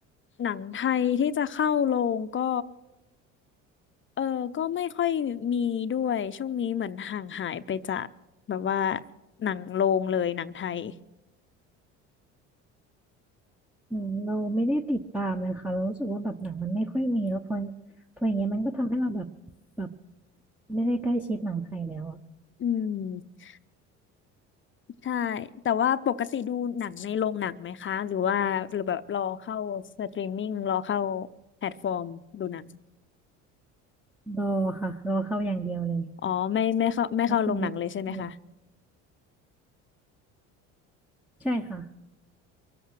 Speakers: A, on the left; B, in the centre.
A: หนังไทยที่จะเข้าโรงก็ เออก็ไม่ค่อยมีด้วยช่วงนี้เหมือนห่างหายไปจากแบบว่าหนังโรงเลยหนังไทย
B: อืมเราไม่ได้ติดตามเลยค่ะเรารู้สึกว่าแบบหนังมันไม่ค่อยมีแล้วพอพออย่างเงี้ยมันก็ทำให้เราแบบแบบไม่ได้ใกล้ชิดหนังไทยแล้วอะ
A: อืมใช่แต่ว่าปกติดูหนังในโรงหนังไหมคะหรือว่าหรือแบบรอเข้าสตรีมมิ่งรอเข้าแพลตฟอร์มดูหนัง
B: รอค่ะรอเข้าอย่างเดียวเลย
A: อ๋อไม่ไม่เข้าไม่เข้าโรงหนังเลยใช่ไหมคะ
B: แล้วคุณบิ๊กอืมใช่ค่ะ